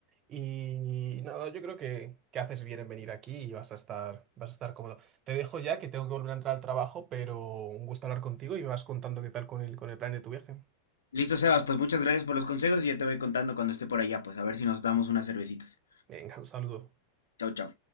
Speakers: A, on the right; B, on the left.
A: y nada, yo creo que, que haces bien en venir aquí y vas a estar, vas a estar cómodo. Te dejo ya que tengo que volver a entrar al trabajo, pero un gusto hablar contigo y me vas contando qué tal con el, con el plan de tu viaje.
B: Listo, Sebas, pues muchas gracias por los consejos y ya te voy contando cuando esté por allá, pues a ver si nos damos unas cervecitas.
A: Venga, un saludo.
B: chao chao